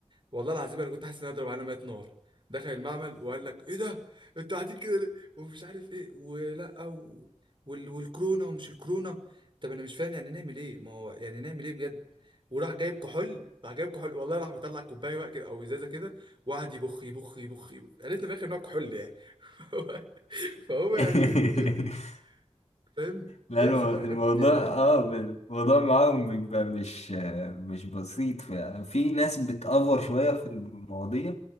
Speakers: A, on the right; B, on the left.
A: والله العظيم انا كنت حاسس ان انا هضرب على ميه نار دخل المعمل وقال لك ايه ده انتوا قاعدين كده ليه ومش عارف ايه ولا و... وال... والكورونا ومش الكورونا طب انا مش فاهم يعني نعمل ايه ما هو يعني نعمل ايه بجد وراح جايب كحول راح جايب كحول والله راح مطلع كوبايه بقى كده او ازازه كده وقعد يبخ يبخ يبخ يبخ عرفنا في الاخر ان هو كحول يعني <laughs> فهو يعني
B: <laughs>
A: يعني فاهم بيحصل
B: لا الم-
A: حركات
B: الموضوع
A: يعني
B: اه الموضوع معاهم بيبقى مش مش بسيط في, في ناس بتأفور شوية في المواضيع